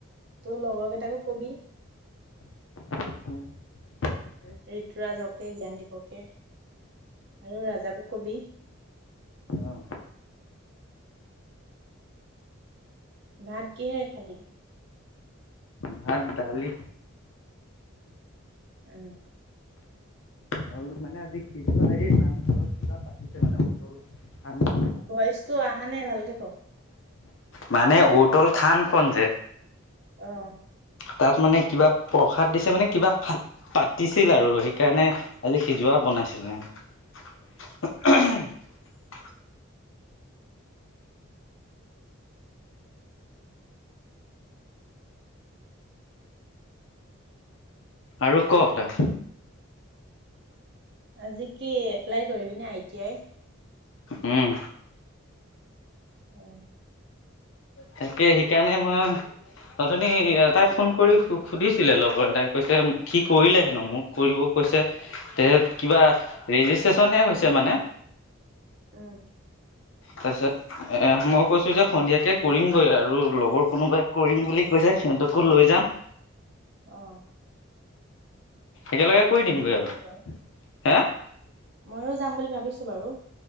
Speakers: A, on the right; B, on the left.
A: তোৰ লগৰ কেইটাকো কবি।
B: <unintelligible>
A: ঋতুৰাজকে, জ্ঞানদীপকে আৰু ৰাজাকো কবি।
B: অঁ।
A: ভাত কিহেৰে খালি।
B: ভাত দালি।
A: উম।
B: আৰু মানে আজি পিছবেলা এই নামঘৰত কিবা পাতিছে মানে <unintelligible>
A: ভইচতটো অহা নাই ভালকে ক।
B: মানে উতল থানখন যে
A: অঁ।
B: তাত মানে কিবা প্ৰসাদ দিছে মানে কিবা পাতিছিল আৰু সেইকাৰণে আজি সিজোৱা বনাইছিল আৰু।
A: অ
B: <unintelligible> আৰু ক'ত।
A: আজি কি এপ্লাই কৰিবিনে আই টি আই।
B: উম।
A: অঁ।
B: তাকে সেইকাৰণে মই অথনি এটাই ফোন কৰি সুধিছিলে লগৰ এটাই কৈছে কি কৰিলে হেনো মোক কৰিব কৈছে তে কিবা ৰেজিষ্ট্ৰেশচনহে হৈছে মানে।
A: উম।
B: তাৰ পিছত এ মই কৈছো যে সন্ধিয়াকে কৰিমগৈ আৰু লগৰ কোনোবাই কৰিম বুলি কৈছে সিহঁতকো লৈ যাম।
A: অঁ।
B: একেলগে কৰি দিমগৈ
A: ভাবিছো
B: আৰু।
A: বাৰু
B: হে।
A: ময়ো যাম বুলি ভাবিছো বাৰু।